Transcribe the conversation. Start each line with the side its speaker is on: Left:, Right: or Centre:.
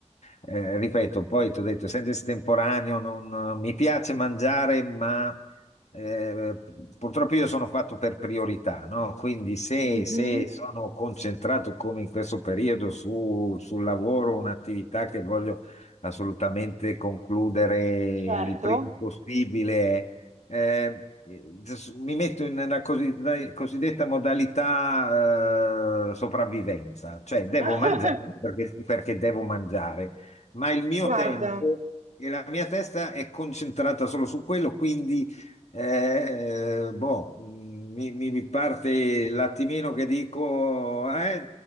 Left: Eh, ripeto, poi ti ho detto, essendo estemporaneo, non, mi piace mangiare, ma eh, purtroppo io sono fatto per priorità, no? Quindi se,
Right: mm. Mhm,
Left: se sono concentrato come in questo periodo su, sul lavoro, un'attività che voglio assolutamente concludere
Right: Certo.
Left: il prima possibile. Eh, eh, s- mi metto in una cosidd- cosiddetta modalità eh, sopravvivenza, cioè devo
Right: <laughs>
Left: mangiare perché, perché devo mangiare, ma il mio
Right: Guarda,
Left: tempo e la mia testa è concentrata solo su quello, quindi eh, boh, mm, mi, mi- mi parte l'attimino che dico, eh,